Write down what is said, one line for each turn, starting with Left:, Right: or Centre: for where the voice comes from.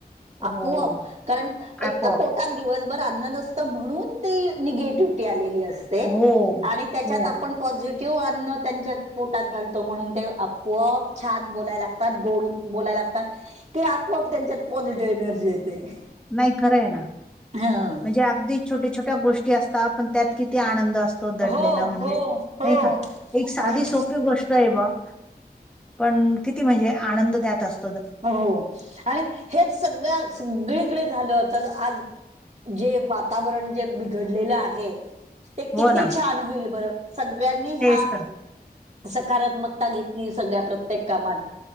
Right: आपूआप
Centre: हो
Right: कारण एक
Centre: आपोआप.
Right: त पोटात दिवसभर अन्न नसत म्हणून ते निगेटिव्हटी आलेली अस ते
Centre: हो,
Right: आणि त्याच्यात
Centre: हो
Right: आप पॉजी टिव्ह अन्न त्यांच्या पोटात घालतो म्हणून ते आपोआप छान बोलायला लाग तात गोड बोलायला लागतात, की आपोआप त्यांच्यात पॉझिटिव्ह एनर्जी येते.
Centre: नाही खरं आहे ना,
Right: हं.
Centre: म्हणजे अगदी छोट्या छोट्या गोष्टी असतात पण त्यात किती आनंद अस तो दडलेला
Right: हो
Centre: म्हणजे,
Right: हो हो
Centre: नाही का एक साधी
Right: आणि
Centre: सोपी गोष ष्ट हे बॉ पण किती म्हणजे आनंद त्यात अस
Right: हो हो आणि हेच सगळ्या सगळीकडे झालं तर आज. जे वातावरण जे बिघडलेलं आहे. ते
Centre: हो
Right: किती
Centre: ना
Right: छान होईल बरं सगळ्यांनी ह्या.
Centre: तेच तर.
Right: सकारात्मकता घेतली सगळ्या प्रत्येक कामात,